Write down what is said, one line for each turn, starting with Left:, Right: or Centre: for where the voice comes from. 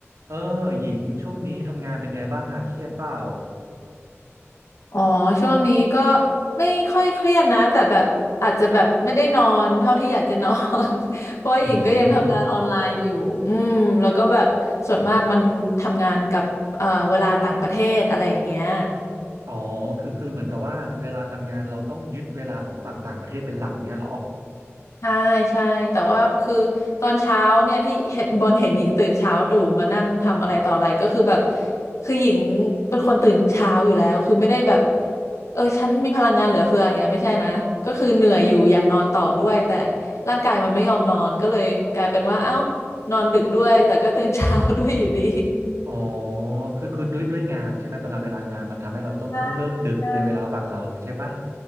Right: เออหญิงช่วงนี้ทำงานเป็นไงบ้างอ่ะเครียดเปล่า
Left: อ๋อช่วงนี้ก็ไม่ค่อยเครียดนะแต่แบบอาจจะแบบไม่ได้นอนเท่าที่อยากจะนอน <laughs> เพราะว่าหญิงก็ยังทำงานออนไลน์อยู่อืมแล้วก็แบบส่วนมากมันทำงานกับเอ่อเวลาต่างประเทศอะไรอย่างเงี้ย
Right: อืมอ๋อคือคือเหมือนกับว่าเวลาทำงานเราต้องยึดเวลาของฝั่งต่างประเทศเป็นหลักเนี้ยเหรอ
Left: ใช่ใช่แต่ว่าคือตอนเช้าเนี่ยที่เห็นบอลเห็นหญิงตื่นเช้าตรู่มานั่งทำอะไรต่ออะไรก็คือแบบคือหญิงเป็นคนตื่นเช้าอยู่แล้วคือไม่ได้แบบเออฉันมีพลังงานเหลือเฟืออย่างเงี้ยไม่ใช่นะก็คือเหนื่อยอยู่อยากนอนต่อด้วยแต่ร่างกายมันไม่ยอมนอนก็เลยกลายเป็นว่าเอ้านอนดึกด้วยแต่ก็ตื่นเช้าด้วยอยู่ดี
Right: อ๋อคือคือด้วยด้วยงานใช่ไหมตารางเวลางานมันทำให้เราต้องต้องเลิกดึกในเวลาฝั่งเราใช่ปะ
Left: <laughs> ใช่ใช่